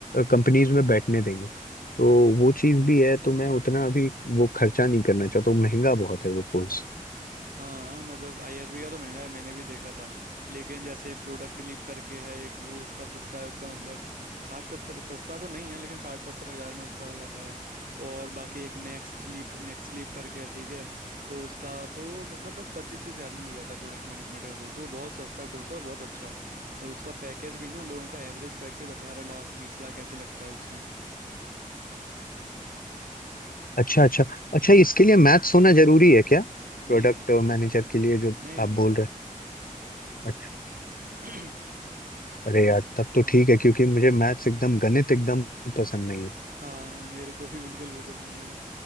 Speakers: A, on the left; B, on the right.
A: कंपनीज में बैठने देंगे तो वो चीज़ भी है तो मैं उतना अभी वो खर्चा नहीं करना चाहता हूँ महंगा बहुत है वो कोर्स
B: हाँ मतलब आईएसबी का तो महंगा है मैंने भी देखा था लेकिन जैसे प्रोडक्ट लीप करके है एक वो उसका सस्ता है उसका मतलब साठ सत्तर सस्ता तो नहीं है लेकिन साठ सत्तर हजार में उसका हो जाता है और बाकी एक नेक्स्ट लीप नेक्स्ट लीप करके है ठीक है तो उसका तो मतलब बस पच्चीस तीस हजार में ही हो जाता है प्रोडक्ट मैनेजमेंट का कोर्स वो बहुत सस्ता कोर्स है और बहुत अच्छा और उसका पैकेज भी ना लोगों का एवरेज पैकेज अठारह लाख बीस लाख ऐसे लगता है उसमें
A: अच्छा अच्छा अच्छा इसके लिए मैथ्स होना जरूरी है क्या प्रोडक्ट
B: नहीं नहीं नहीं
A: मैनेजर के लिए जो
B: नहीं
A: आप
B: नहीं
A: बोल रहे हैं? अच्छा,
B: नहीं <clears throat>
A: अरे यार
B: इस
A: तब तो ठीक है क्योंकि मुझे मैथ्स एकदम गणित एकदम पसंद नहीं है
B: हाँ मेरे को भी बिल्कुल पसंद नहीं है मैथ